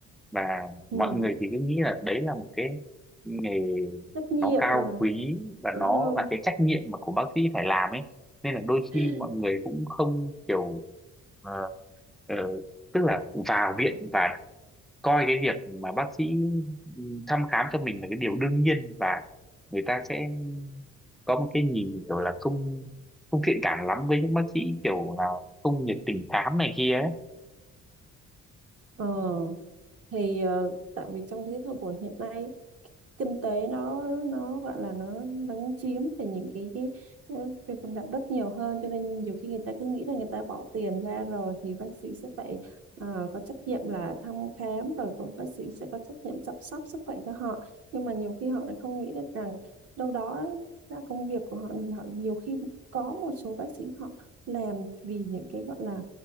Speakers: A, in the centre; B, on the right (about 50°).
A: và
B: ừ,
A: mọi người thì cứ nghĩ là đấy là một cái nghề
B: trách nhiệm
A: nó cao
B: mà,
A: quý và
B: đúng
A: nó
B: không?
A: là cái trách nhiệm mà của bác sĩ phải làm ấy nên là đôi
B: <laughs>
A: khi mọi người cũng không kiểu ờ, ờ, tức là vào viện và coi cái việc mà bác sĩ ừ, thăm khám cho mình là cái điều đương nhiên và người ta sẽ có một cái nhìn kiểu là không không thiện cảm lắm với những bác sĩ kiểu là không nhiệt tình khám này kia ấy.
B: Ờ thì ờ, tại vì trong cái thời buổi hiện nay kinh tế nó nó gọi là nó nó chiếm về những cái, cái ờ, về phần đạo đức nhiều hơn cho nên nhiều khi người ta cứ nghĩ là người ta bỏ tiền ra rồi thì bác sĩ sẽ phải ờ, có trách nhiệm là thăm khám rồi cũng bác sĩ sẽ có trách nhiệm chăm sóc sức khỏe cho họ nhưng mà nhiều khi họ lại không nghĩ được rằng đâu đó là công việc của họ họ nhiều khi có một số bác sĩ họ làm vì những cái gọi là